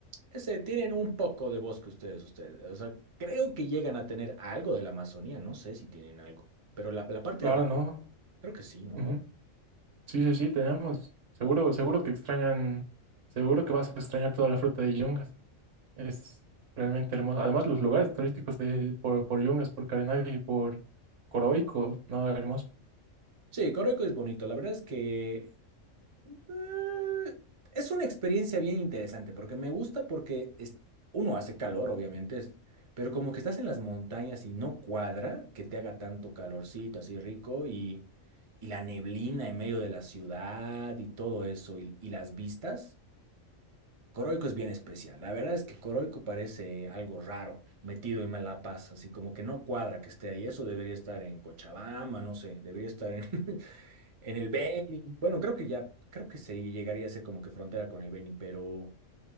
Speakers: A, on the right; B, on the right.
A: Ese, tienen un poco de bosque ustedes, ustedes. O sea, creo que llegan a tener algo de la Amazonía, no sé si tienen algo. Pero la, la parte
B: Claro,
A: de arriba,
B: ¿no?
A: creo que sí, ¿no?
B: Ujú. Sí, sí, sí, tenemos. Seguro, seguro que extrañan, seguro que vas a extrañar toda la fruta de Yungas. Es realmente hermoso. Además, los lugares turísticos de, por, por Yungas, por Carenay y por Coroico, no, hermoso.
A: Sí, Coroico es bonito. La verdad es que Eh, Es una experiencia bien interesante porque me gusta porque es- uno hace calor, obviamente, es- pero como que estás en las montañas y no cuadra que te haga tanto calorcito así rico y, y la neblina en medio de la ciudad y todo eso y, y las vistas. Coroico es bien especial. La verdad es que Coroico parece algo raro, metido en La Paz, así como que no cuadra que esté ahí. Eso debería estar en Cochabamba, no sé, debería estar en, <laughs> En el Beni, bueno, creo que ya, creo que se llegaría a ser como que frontera con el Beni, pero